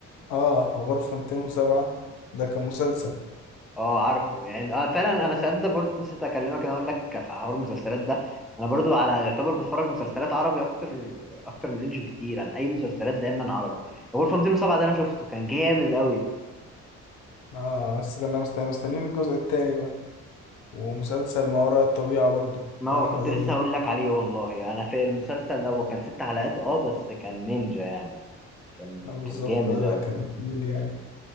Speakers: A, on the left; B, in the centre.
A: اه غرفة 207 ده كان مسلسل
B: اه عارفه يعني اه فعلا انا ساعات ده برضه نسيت اكلمك انا اقول لك في حوار المسلسلات ده انا برضه على يعتبر بتفرج مسلسلات عربي اكتر اكتر من انجلش بكتير انا اي مسلسلات دايما عربي غرفه 207 ده انا شفته كان جامد قوي
A: اه بس كنا مست- مستنيين الجزء التاني بقى ومسلسل ما وراء الطبيعة برضو
B: ما
A: بتاع
B: هو
A: أحمد
B: كنت
A: أمين
B: لسه هقول لك عليه والله انا في المسلسل ده
A: مم.
B: هو كان ست حلقات اه بس كان نينجا يعني كان
A: اه بالظبط
B: كان جامد
A: اه لا
B: قوي
A: كان تقيل يعني